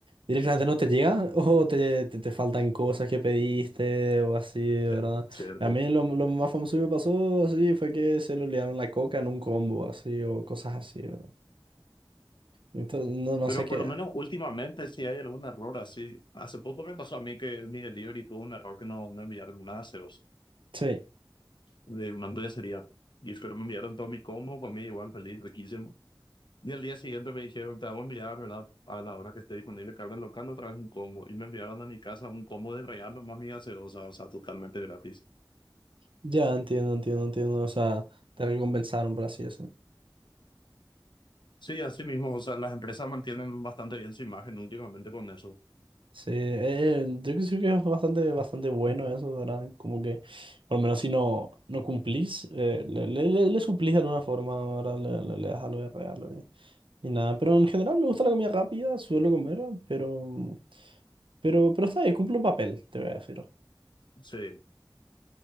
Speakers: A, on the right; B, on the left.
A: directamente no te llega <laughs> o te, te, te faltan cosas que pediste o así,
B: <laughs>
A: ¿verdad?
B: Cierto.
A: A mí lo, lo más famoso que me pasó así fue que se le olvidaron la coca en un combo, así, o cosas así, ¿verdad? Entonces, no, no
B: Pero
A: sé qué.
B: por lo menos últimamente si hay algún error así. Hace poco me pasó a mí que mi delivery tuvo un error que no, no enviaron nada gaseosa
A: Sí,
B: de una hamburguesería. Y pero me enviaron todo mi combo, comí igual feliz, riquísimo. Y al día siguiente me dijeron, te vamos a enviar, ¿verdad? A la hora que esté disponible carga local, otra vez un combo. Y me enviaron a mi casa un combo de regalo más mi gaseosa, o sea, totalmente gratis.
A: ya entiendo, entiendo, entiendo. O sea, te recompensaron por así eso.
B: Sí, así mismo, o sea, las empresas mantienen bastante bien su imagen últimamente con eso.
A: Sí, eh, yo creo que es bastante, bastante bueno eso, ¿verdad? Como que, por lo menos si no, no cumplís, eh, le, le, le- le suplís de alguna forma, ¿verdad? Le, le, le das algo de regalo eh, y nada. Pero en general me gusta la comida rápida, suelo comer, pero, pero, pero está bien, cumple un papel, te voy a decir.
B: Sí,